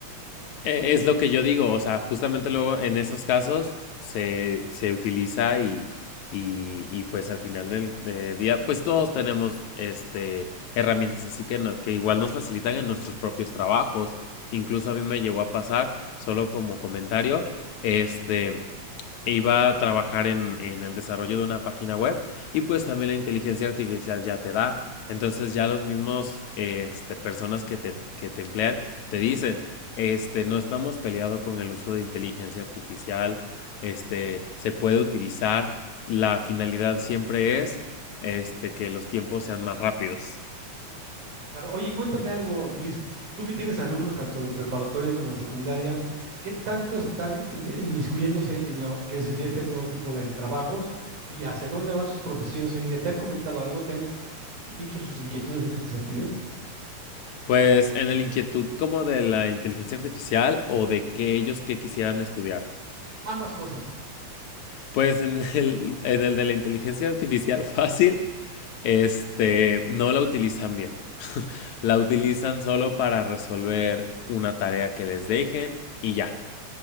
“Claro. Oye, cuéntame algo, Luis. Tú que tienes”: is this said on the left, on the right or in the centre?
Right